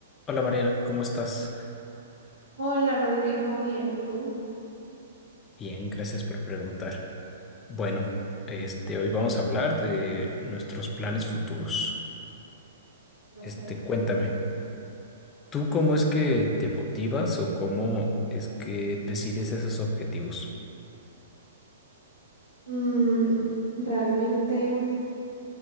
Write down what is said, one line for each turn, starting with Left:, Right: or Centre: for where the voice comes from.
Left: Hola Mariana, ¿cómo estás?
Right: Hola Rodrigo, bien, ¿y tú?
Left: Bien, gracias por preguntar. Bueno, este, hoy vamos a hablar de nuestros planes futuros.
Right: Perfecto.
Left: Este, cuéntame, ¿tú cómo es que te motivas o cómo es que decides esos objetivos?
Right: Mm, realmente